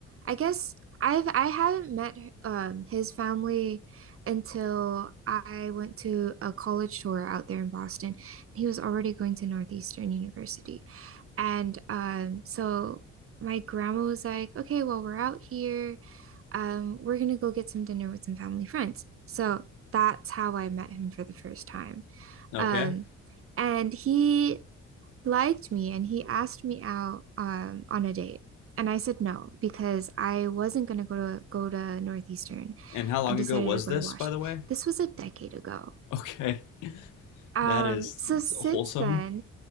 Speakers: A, on the right (about 45°); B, on the left (about 85°).
A: I guess I've, I haven't met, um, his family until I went to a college tour out there in Boston. He was already going to Northeastern University. And um, so my grandma was like, okay, well, we're out here. Um, we're gonna go get some dinner with some family friends. So that's how I met him for the first time.
B: Okay.
A: Um, and he liked me and he asked me out um, on a date. And I said no because I wasn't gonna go to go to Northeastern.
B: And how long
A: I decided
B: ago was
A: to go
B: this,
A: to Washington.
B: by the way?
A: This was a decade ago.
B: Okay,
A: Um,
B: that is
A: so
B: it's
A: since
B: wholesome.
A: then,